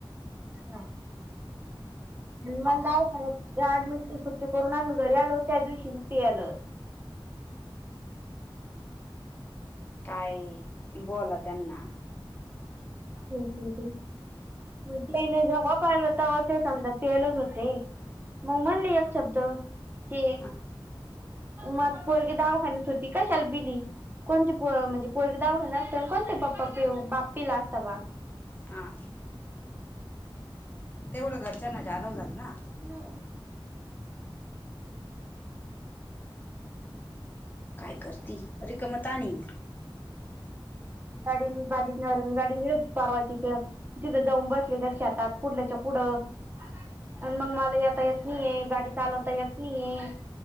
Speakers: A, on the right; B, on the left.
A: हम.
B: <inaudible>
A: आणि मण ‌द खर आठची सुट्टी करून आम्ही घरी आलो त्या दिवशी ते आले.
B: काय बोला त्यांना.
A: <unintelligible> मणने जेव्हा पाहिलं तेव्हा ते समजा पेलच होते. मग म्हनं ना एक शब्द ते.
B: हा
A: मग पोरगी दावाखान्यात होती काशाला बिली. कोणते प म्हणजे पोर दावघा असत कोणते् बाप्पी ला असता बा
B: हा, तेवढं घरच्यांना जादा झाल ना.
A: नाही.
B: काय करती? रेिकम तानी.
A: साडी न <unintelligible> परवाची त्यो. तिथं जाऊन बसल्यात्या शतात. कुडल्याच्या कुडं. आणि मग मला येता येत नाहीय. गाडी चालवता येत नाहीय.